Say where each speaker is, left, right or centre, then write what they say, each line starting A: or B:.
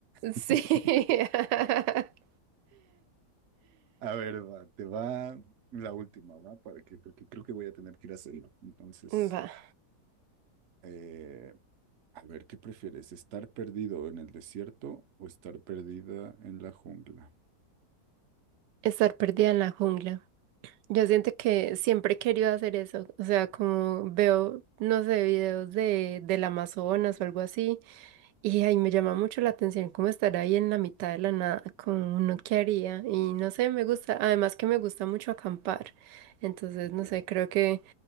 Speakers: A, on the right; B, on the right.
A: Sí.
B: <laughs>
A: <laughs>
B: A ver, va, te va la última, ¿va? Para que, porque creo que voy a tener que ir a hacerlo. Entonces,
A: Va.
B: eh, a ver, ¿qué prefieres? ¿Estar perdido en el desierto o estar perdida en la jungla?
A: Estar perdida en la jungla. Yo siento que siempre he querido hacer eso, o sea, como veo, no sé, videos de, del Amazonas o algo así, y ahí me llama mucho la atención cómo estar ahí en la mitad de la nada, como uno que haría, y no sé, me gusta, además que me gusta mucho acampar, entonces, no
B: Ya.
A: sé, creo que